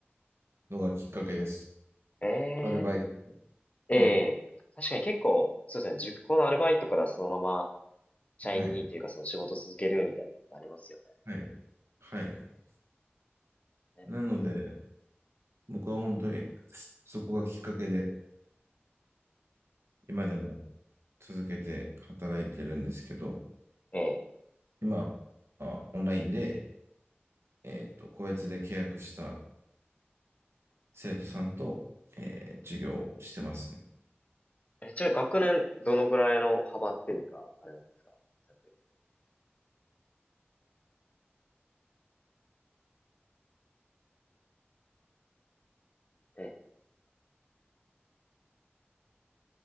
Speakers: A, on the right (about 80°); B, on the left (about 35°).
A: のがきっかけです。
B: ええ、
A: アルバイト。
B: ええ、
A: はい。
B: 確かに結構、そうですね、塾講のアルバイトからそのまま社員にというかその仕事続けるみたいなのってありますよね。
A: はい。はい。はい。
B: ね
A: なので、僕は本当にそこがきっかけで、今でも続けて働いてるんですけど、
B: ええ。
A: 今はオンラインで、えっと、個別で契約した生徒さんと、えー授業をしてますね。
B: え、ちなみに学年、どのぐらいの幅っていうか、あれなんですかされてるえ